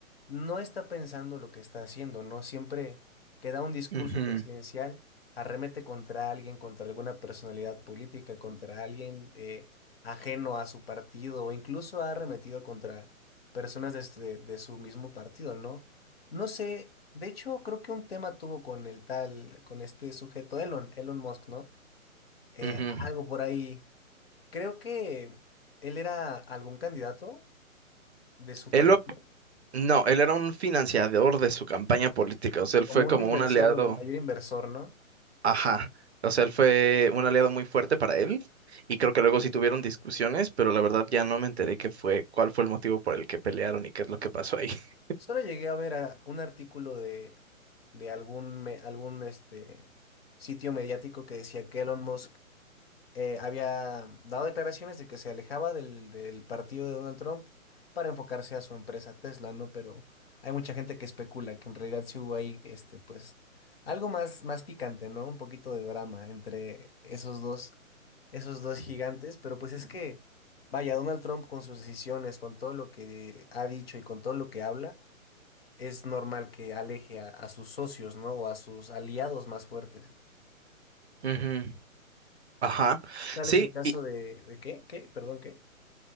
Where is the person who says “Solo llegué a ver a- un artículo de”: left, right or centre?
Left